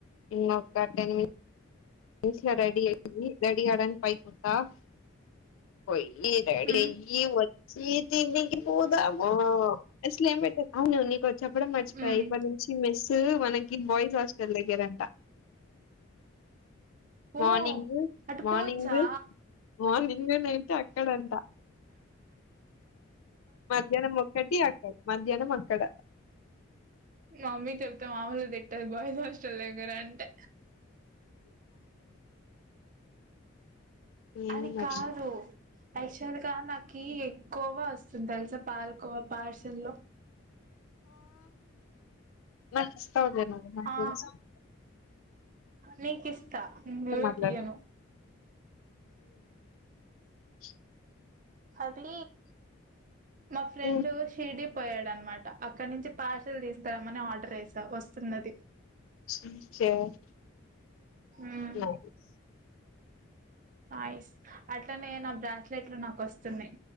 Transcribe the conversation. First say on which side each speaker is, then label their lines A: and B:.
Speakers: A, on the left; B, on the right.
A: ఇం ఒక టెన్ మి <unintelligible>
B: ఉమ్ ఉమ్ ఓ
A: మార్నింగు
B: అటు
A: మార్నింగ్
B: పోవచ్చా
A: మార్నింగ్ నైట్ <unintelligible> మధ్యాహ్నం ఒక్కటి అక్కడ మధ్యాహ్నం ఆ క్కడ
B: మమ్మీ తె మాములుగ తిట్టదు బాయ్స్ హస్టల్ లే దగ్గర అంటే
A: ఏమో
B: అది
A: మరి
B: కాదు యాక్చువల్ గా నాకు ఎక్కువగా వస్తుంది తెలుసా పాల్కోవా పార్సల్లో
A: నాకు ఇస్తావ్ <unintelligible>
B: ఆ నీకి ఇస్తా ఎవరికి
A: మాట్లాడదాం
B: ఇయాను
A: చె
B: ఆది మా ఫ్రెండ్
A: ఉమ్
B: షిరిడీ పోయాడనమాట అక్కడ నుంచి పార్సిల్ తీసుకురమ్మని ఆర్డర్ వేస వస్తుంది ఆది
A: <unintelligible>
B: మ్మ్
A: యో
B: నైస్ అట్లనే నా బ్రాస్లేట్లు నాకు వస్తున్నాయి